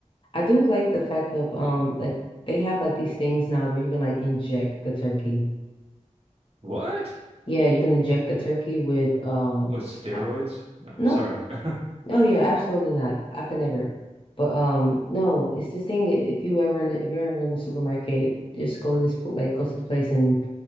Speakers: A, on the left (about 45°); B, on the right (about 55°).
A: I do like the fact of um, like they have like these things now where you can like inject the turkey.
B: What?
A: Yeah, you can inject the turkey with um,
B: With steroids?
A: I,
B: No,
A: no.
B: sorry. <laughs>
A: Oh yeah, absolutely not. I could never. But um, no, it's this thing. If you ever in the, if you're ever in the supermarket, just go to this pl- like go to the place and